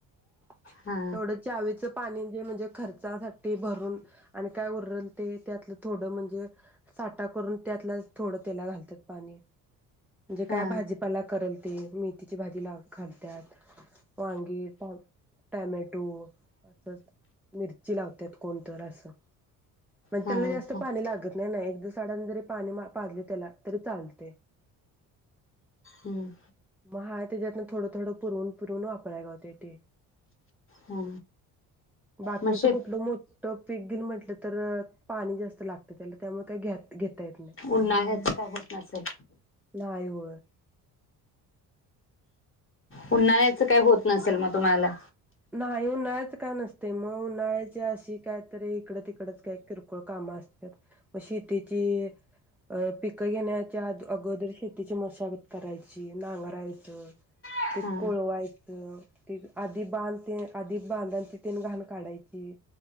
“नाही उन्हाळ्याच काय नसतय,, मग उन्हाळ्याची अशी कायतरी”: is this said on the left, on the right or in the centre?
Centre